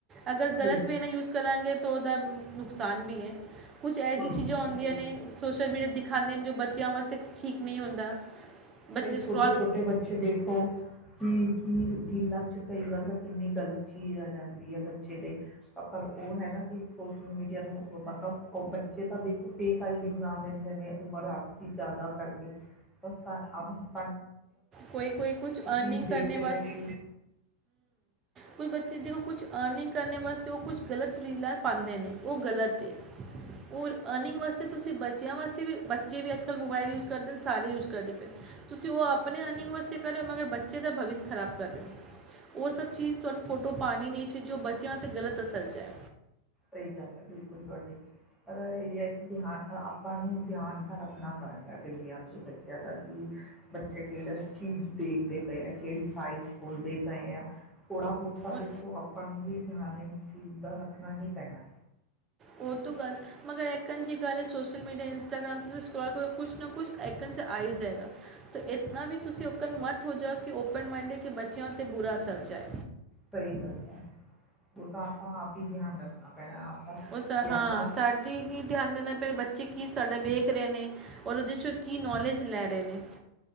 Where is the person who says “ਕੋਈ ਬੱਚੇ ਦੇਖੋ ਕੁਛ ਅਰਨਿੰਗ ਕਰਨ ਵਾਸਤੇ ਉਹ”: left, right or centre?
Right